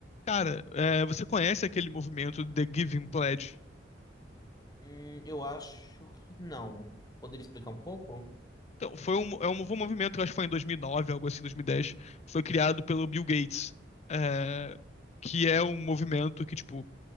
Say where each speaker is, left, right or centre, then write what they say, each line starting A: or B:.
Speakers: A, on the left; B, on the left.
A: Cara, é, você conhece aquele movimento The Giving Pledge?
B: Hum, eu acho que não. Poderia explicar um pouco?
A: Então, foi um, é um, foi um movimento que eu acho que foi em 2009, algo assim, 2010, que foi criado pelo Bill Gates, é, que é um movimento que, tipo,